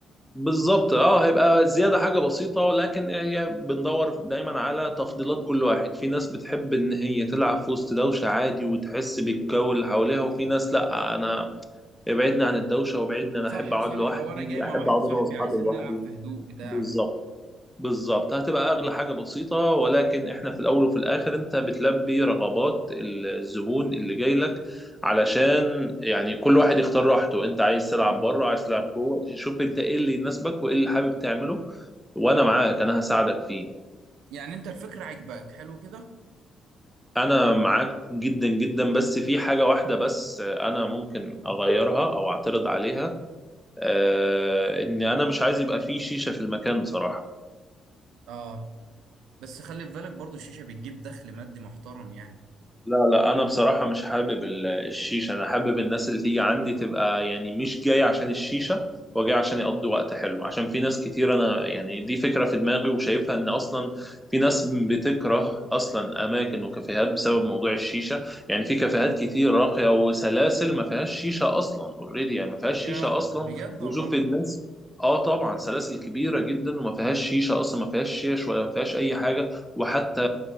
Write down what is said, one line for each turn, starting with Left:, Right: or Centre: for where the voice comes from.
Centre: بالظبط اه هيبقى زياده حاجه بسيطه ولكن هي بندور دايما على تفضيلات كل واحد في ناس بتحب ان هي تلعب في وسط دوشه عادي وتحس بالجو اللي حواليها وفي ناس لا انا ابعدني
Right: مم.
Centre: عن الدوشه وابعدني انا
Right: صح
Centre: احب اقعد
Right: صح
Centre: لوحدي
Right: او انا جاي مع
Centre: احب
Right: واحد
Centre: اقعد
Right: صاحبي
Centre: انا واصحابي
Right: عايزين
Centre: لوحدي
Right: نلعب في هدوء بتاع
Centre: بالظبط بالظبط هتبقى اغلى حاجه بسيطه ولكن احنا في الاول وفي الاخر انت بتلبي رغبات الزبون اللي جاي لك علشان يعني كل واحد يختار راحته انت عايز تلعب
Right: مم.
Centre: بره عايز تلعب جوه شوف انت ايه اللي يناسبك وايه اللي حابب تعمله وانا معاك انا هساعدك فيه
Right: يعني انت الفكره عجباك حلو كده
Centre: انا معاك جدا جدا بس في حاجه واحده بس انا ممكن اغيرها او اعترض عليها آه ان انا مش عايز يبقى في شيشه في المكان بصراحه
Right: اه بس خلي في بالك برضو الشيشه بتجيب دخل مادي محترم يعني
Centre: لا لا انا بصراحه مش حابب ال- الشيشه انا حابب الناس اللي تيجي عندي تبقى يعني مش جاي عشان الشيشه وجاي عشان يقضوا وقت حلو عشان في ناس كتير انا يعني دي فكره في دماغي وشايفها ان اصلا في ناس بتكره اصلا اماكن وكافيهات بسبب موضوع الشيشه يعني في كافيهات كتير راقيه وسلاسل ما فيهاش شيشه اصلا اوريدي يعني ما فيهاش
Right: يا
Centre: شيشه اصلا
Right: بجد
Centre: وشوف
Right: والله
Centre: الناس اه طبعا سلاسل كبيره جدا وما فيهاش شيشه اصلا ما فيهاش شيش ولا ما فيهاش اي حاجه وحتى